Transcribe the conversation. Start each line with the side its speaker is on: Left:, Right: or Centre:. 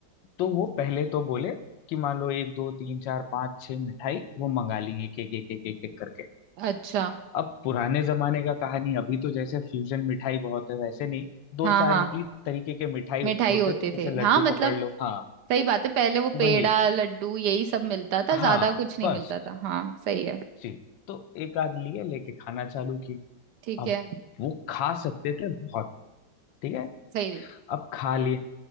Left: तो वो पहले तो बोले कि मान लो एक दो तीन चार पाँच छह मिठाई वो मंगा लेंगे एक एक एक एक एक एक करके
Right: अच्छा
Left: अब पुराने जमाने का कहानी अभी तो जैसे फ्यूजन मिठाई बहुत है वैसे नहीं दो
Right: हाँ
Left: चार
Right: हाँ
Left: ही तरीके के मिठाई
Right: मिठाई
Left: होते
Right: होते
Left: थे जैसे
Right: थे हाँ
Left: लड्डू
Right: मतलब
Left: पकड़ लो हाँ
Right: सही बात है पहले वो पेड़ा
Left: वही
Right: लड्डू यही सब मिलता था
Left: हाँ
Right: ज्यादा कुछ नहीं
Left: बस
Right: मिलता था हाँ सही है
Left: जी तो एक आध लिए लेके खाना चालू की
Right: ठीक
Left: अब
Right: है
Left: वो खा सकते थे बहुत ठीक है
Right: सही
Left: अब खा लिए